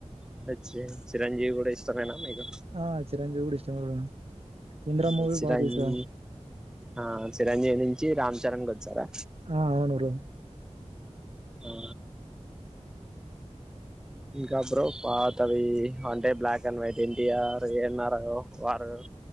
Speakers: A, in the centre; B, on the right.
A: అంటే చి చిరంజీవి కూడా ఇష్టమేనా మీకు
B: ఆ చిరంజీవి కూడా ఇష్టం బ్రో ఇంద్ర
A: అంటే
B: మూవీ
A: చిరంజీ
B: బాగా చూసా
A: ఆ చిరంజీవి నుంచి రామ్ చరణ్ గొచ్చారా
B: ఆ అవునురో
A: ఆ ఇంకా బ్రో పాతవి అంటే black and white N T R A N R వారు